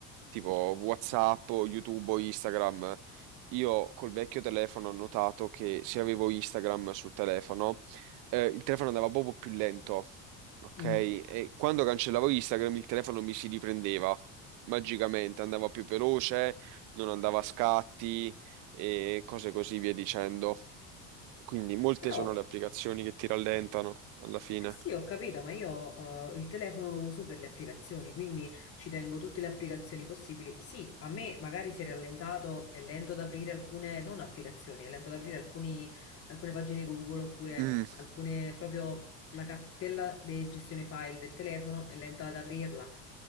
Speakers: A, on the right (about 65°); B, on the left (about 45°).
A: tipo WhatsApp, o YouTube o Instagram. Io col vecchio telefono ho notato che se avevo Instagram sul telefono, eh, il telefono andava proprio più lento. Ok,
B: Mm.
A: e quando cancellavo Instagram il telefono mi si riprendeva magicamente, andava più veloce, non andava a scatti e cose così via dicendo. Quindi molte
B: Però
A: sono le applicazioni che ti rallentano alla fine.
B: Eh sì, ho capito, ma io eh, il telefono lo uso per le applicazioni, quindi ci tengo tutte le applicazioni possibili. Sì, a me magari si è rallentato, è lento ad aprire alcune, non applicazioni, è lento ad aprire alcuni- alcune pagine Google oppure
A: Mm,
B: alcune proprio la cartella di gestione file del telefono è lenta ad aprirla.